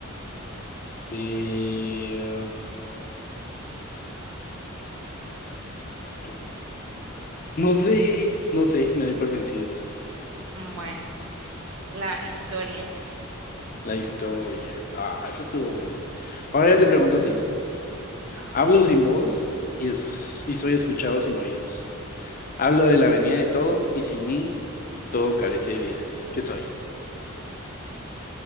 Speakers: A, on the left; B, on the right.
A: Eh, tu- No sé, no sé, me doy por vencido.
B: bueno, la historia.
A: La historia. Ah, esa estuvo buena. Ahora yo te pregunto a ti.
B: Va.
A: Hablo sin voz y, es- y soy escuchado sin oídos. Hablo de la venida de todo y sin mí todo carece de vida. ¿Qué soy?